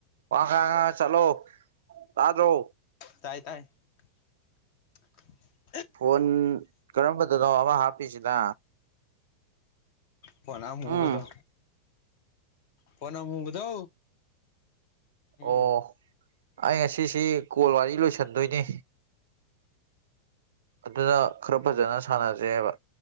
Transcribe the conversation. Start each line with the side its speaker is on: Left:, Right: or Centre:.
Right: ꯋꯥ ꯉ ꯉ ꯆꯠꯂꯣ ꯇꯥꯗ꯭ꯔꯣ
Left: ꯇꯥꯏ ꯇꯥꯏ <inaudible>
Right: ꯐꯣꯟ ꯀꯔꯝꯕꯗꯅꯣ ꯑꯃ ꯍꯥꯞꯄꯤꯖꯤꯅꯥ
Left: ꯐꯣꯟ ꯑꯃꯨꯕꯗꯣ
Right: ꯎꯝ
Left: ꯐꯣꯟ ꯑꯃꯨꯕꯗꯣ ꯎꯝ
Right: ꯑꯣ ꯑꯩ ꯉꯁꯤꯁꯤ ꯀꯣꯜ ꯋꯥꯔꯤ ꯂꯣꯏꯁꯟꯗꯣꯏꯅꯤ ꯑꯗꯨꯅ ꯈꯔ ꯐꯖꯅ ꯁꯥꯟꯅ ꯁꯦꯕ